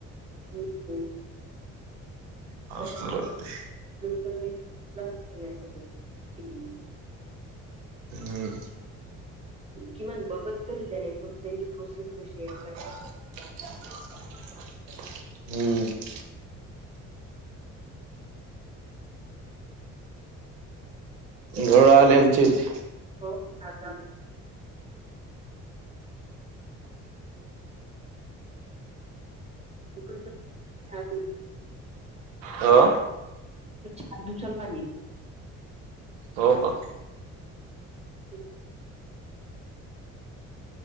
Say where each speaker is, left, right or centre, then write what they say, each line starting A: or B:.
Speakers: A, on the right; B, on the right.
A: हम् <unintelligible>
B: असं राहते
A: <unintelligible> <unintelligible>
B: हं हं.
A: किमान बघत तरी त्याले एक त्यांची प्रोसेस कशी आहे
B: हं.
A: ते
B: नळ
A: काय
B: आले आमचे इथे.
A: हो, आता इकड तर <unintelligible>
B: हो?
A: दर चार दिवसाल पाणी येतय.
B: हो का?
A: हं